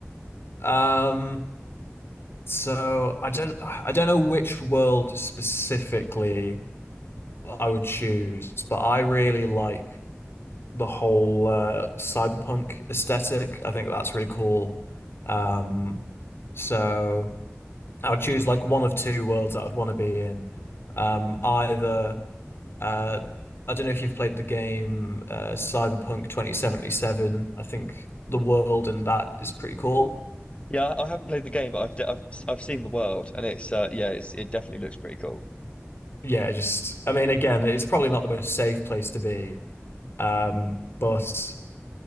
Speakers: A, on the left; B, on the left.
A: Um, so I don't I don't know which world specifically I would choose, but I really like the whole uh, cyberpunk aesthetic. I think that's really cool. Um, so I'll choose like one of two worlds that I'd want to be in. Um, either Uh, I don't know if you've played the game uh, Cyberpunk 2077. I think the world in that is pretty cool.
B: Yeah, I haven't played the game, but I've I've I've seen the world, and it's uh, yeah, it's, it definitely looks pretty cool.
A: Yeah, just I mean, again, it's probably not the most safe place to be, um, but